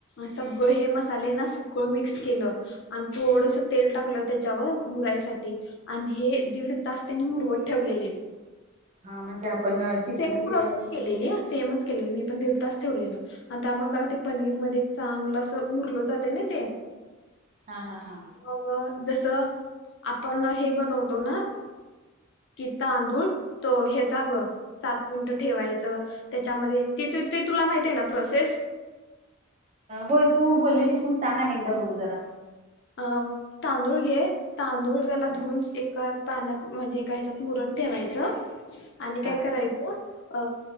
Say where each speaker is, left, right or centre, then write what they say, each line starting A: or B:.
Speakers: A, on the left (about 55°); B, on the right (about 30°).
A: सगळं हे मसाले ना सगळं मिक्स केलं आणि थोडस तेल टाकलं त्याच्यावर मुराईसाठी आणि हे दीड तास त्यांनी मुरवत ठेवलेले.
B: हा म्हणजे आपण चिकन
A: सेम
B: बिर्याणी
A: प्रोसेस केलेली सेमच केलेली मी पण, तसंच ठेवलेलं आणि त्यामुळे काय होते पनीर मध्ये चांगलं अस उरल जाते ना ते
B: हा हा हा.
A: मग जस आपण हे बनवतो ना कि तांदूळ त हे सात मिनिट ठेवायच, त्याच्यामधे ते तुला माहित आहे ना प्रोसेस?
B: होय, तू बोललेलीस पण सांग अने एकदा बघू जरा.
A: अ तांदूळ घे तांदूळ ज्याला
B: हा
A: धुन एका पानात म्हणजे एका हेज्यात मुरत ठेवायचं. आणि
B: हा
A: काय करायचं अ